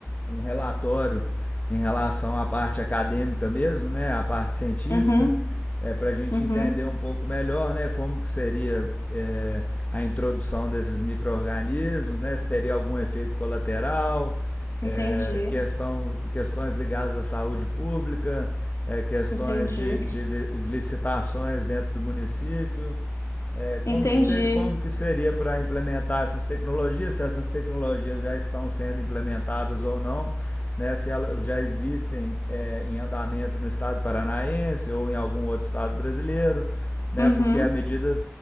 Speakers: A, on the left; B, on the left.
A: um relatório em relação à parte acadêmica mesmo, né, à parte científica
B: Uhum,
A: é, para a gente
B: uhum,
A: entender um pouco melhor né, como que seria é, a introdução desses micro-organismos, né, se teria algum efeito colateral, é,
B: entendi,
A: questão, questões ligadas à saúde pública, é, questões
B: entendi,
A: de, de licitações dentro do município é,
B: entendi,
A: como, que ser, como que seria para implementar essas tecnologias, se essas tecnologias já estão sendo implementadas ou não, né, se elas já existem é, em andamento no estado paranaense ou em algum outro estado brasileiro, né,
B: uhum,
A: porque à medida